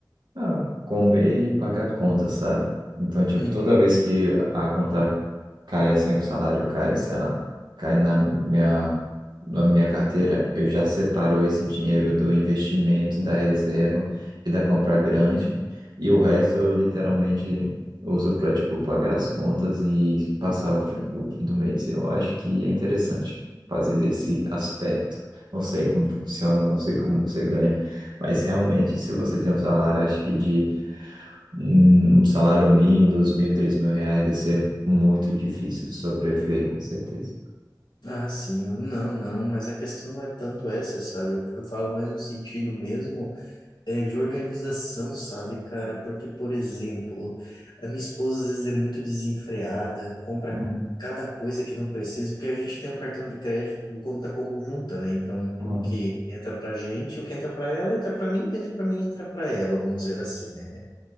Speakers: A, on the right; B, on the left.
A: Ah, comer e pagar conta, sabe? Então, tipo,
B: entendi.
A: toda vez que a conta cai assim, o salário cai, sei lá, cai na minha, na minha carteira, eu já separo esse dinheiro do investimento, da reserva e da compra grande. E o resto eu literalmente uso para, tipo, pagar as contas e passar o fim, o fim do mês. Eu acho que é interessante fazer desse aspecto. Não sei como funciona, não sei como você ganha. Mas realmente, se você tem um salário, acho que de um um salário mínimo, dos mil, três mil reais, deve ser muito difícil sobreviver, com certeza.
B: Ah, sim, mano. Não, não, mas a questão não é tanto essa, sabe? Eu, eu falo mais no sentido mesmo. É de organização, sabe, cara? Porque, por exemplo, a minha esposa às vezes é muito desenfreada, compra
A: Hum,
B: cada coisa que não precisa, porque a gente tem um cartão de crédito, um conta conjunta, né? Então, tudo
A: hum,
B: que entra pra gente, o que entra pra ela, entra pra mim, o que entra pra mim, entra pra ela, vamos dizer assim, né?